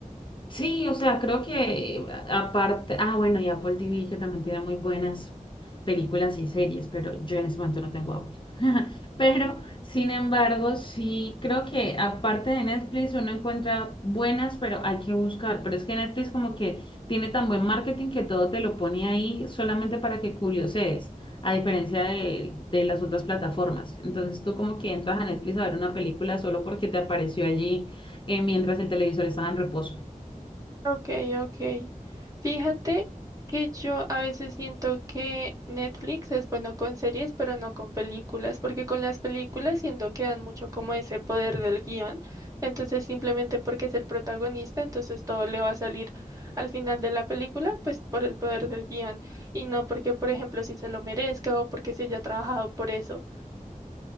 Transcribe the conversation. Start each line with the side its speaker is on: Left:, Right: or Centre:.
Left: Sí, o sea, creo que a- aparte, ah, bueno, y Apple TV que también tiene muy buenas películas y series, pero yo en ese momento no tengo Apple. <laughs> Pero, sin embargo, sí, creo que aparte de Netflix uno encuentra buenas, pero hay que buscar. Pero es que Netflix como que tiene tan buen marketing que todo te lo pone ahí solamente para que curiosees, a diferencia de, de las otras plataformas. Entonces tú como que entras a Netflix a ver una película solo porque te apareció allí eh, mientras el televisor estaba en reposo.
Right: Ok, ok. Fíjate que yo a veces siento que Netflix es bueno con series, pero no con películas, porque con las películas siento que dan mucho como ese poder del guión, entonces simplemente porque es el protagonista, entonces todo le va a salir al final de la película, pues por el poder del guión, y no porque, por ejemplo, si se lo merezca o porque se haya trabajado por eso.